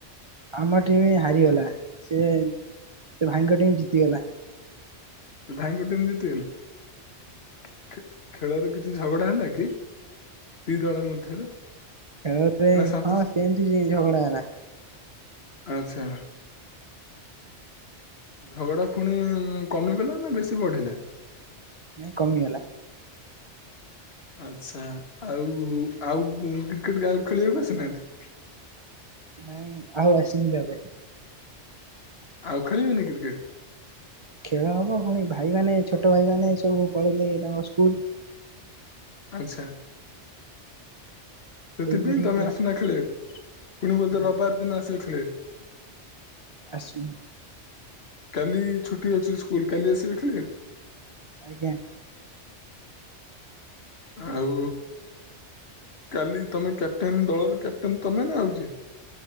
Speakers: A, on the right; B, on the left.
A: ଆମ ଟିମି ହାରିଗଲା ସେ ସେ ଭାଇଙ୍କ ଟିମ୍ ଜିତିଗଲା।
B: ଭାଇଙ୍କ ଟିମ୍ ଜିତିଗଲେ। ଖେଳରେ କିଛି ଝଗଡ଼ା ହେଲାକି ଦି ଦଳ ମଧ୍ୟରେ?
A: ଖେଳରେ
B: ନା ଶାନ୍ତି
A: ହଁ ସେନ୍ତି ଝଗଡ଼ା ହେଲା।
B: ଆଚ୍ଛା। ଝଗଡ଼ା ପୁଣି କମିଗଲା ନା ବେଶୀ ବଢ଼ିଲା?
A: ନାଇଁ କମିଗଲା।
B: ଆଚ୍ଛା ଆଉ ଆଉ କ୍ରିକେଟ କା ଖେଳିବାକୁ ଆସିନାହାନ୍ତି?
A: ନାଇଁ ଆଉ ଆସିନି ତାପରେ।
B: ଆଉ ଖେଳିବନି କିରକେଟ?
A: ଖେଳ ହବ ପୁଣି ଭାଇମାନେ ଛୋଟ ଭାଇ ମାନେ ସବୁ ପଳେଇଲେ ତାଙ୍କ ସ୍କୁଲ।
B: ଆଚ୍ଛା। ସେଥିପାଇଁ
A: ସେଇଥିପାଇଁ
B: ତମେ
A: ପୁରା
B: ଆସନା ଖେଳେବା ପୁଣି ବୋଧେ
A: ନାଇଁ
B: ରବିବାର ଦିନ ଆସିବ ଖେଳିବାକୁ।
A: ଆସୁ
B: କାଲି ଛୁଟି ଅଛି ସ୍କୁଲ କାଲି ଆସିବେ ଖେଳିଆ
A: ଆଜ୍ଞା।
B: ଆଉ କାଲି ତମେ କ୍ୟାପ୍ଟେନ୍ ଦଳରେ କ୍ୟାପ୍ଟେନ୍ ତମେ ନା ଆଉ କିଏ?